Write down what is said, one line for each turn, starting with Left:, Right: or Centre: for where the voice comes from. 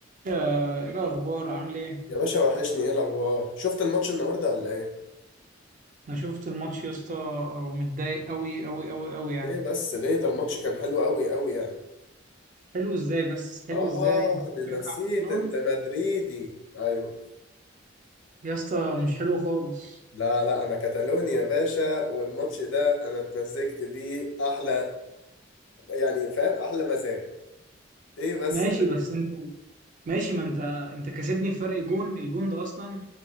Right: يا- ايه الاخبار عامل ايه
Left: يا باشا وحشني ايه الاخبار شفت الماتش النهارده ولا ايه
Right: انا شفت الماتش يا اسطى ومتضايق قوي قوي قوي قوي يعني
Left: ليه بس ليه ده الماتش كان حلو قوي قوي يعني
Right: حلو ازاي بس حلو
Left: اه
Right: ازاي
Left: ده انا
Right: بشجع
Left: نسيت
Right: برشلونة
Left: انت مدريدي ايوه
Right: يا اسطى مش حلو خالص
Left: لا لا انا كتالوني يا باشا والماتش ده انا اتمزجت بيه احلى يعني فاهم احلى مزاج ايه بس
Right: ماشي بس انت ماشي ما انت انت كسبني بفرق جون الجون ده اصلا